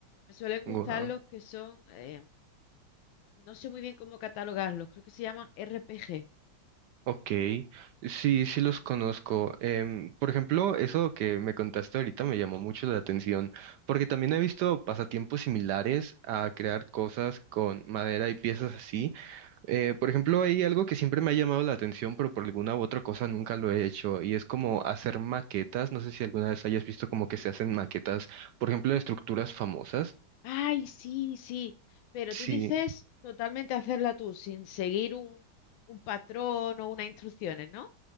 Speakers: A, on the left; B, on the right.
A: Me suelen gustar
B: Wow.
A: los que son, eh, no sé muy bien cómo catalogarlos, creo que se llaman RPG.
B: Ok, sí, sí los conozco. Em, por ejemplo, eso que me contaste ahorita me llamó mucho la atención, porque también he visto pasatiempos similares a crear cosas con madera y piezas así. Eh, por ejemplo, hay algo que siempre me ha llamado la atención, pero por alguna u otra cosa nunca lo he hecho, y es como hacer maquetas. No sé si alguna vez hayas visto como que se hacen maquetas, por ejemplo, de estructuras famosas.
A: Ay, sí, sí, pero
B: Sí.
A: tú dices totalmente hacerla tú, sin seguir un, un patrón o unas instrucciones, ¿no?